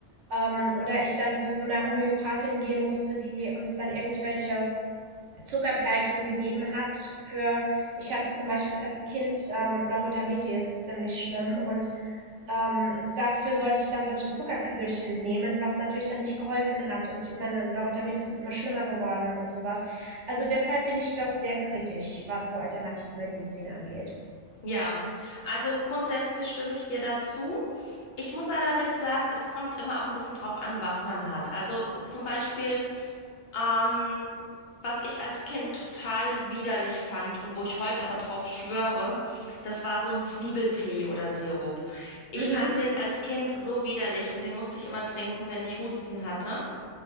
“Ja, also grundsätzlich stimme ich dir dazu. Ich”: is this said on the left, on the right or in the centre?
Left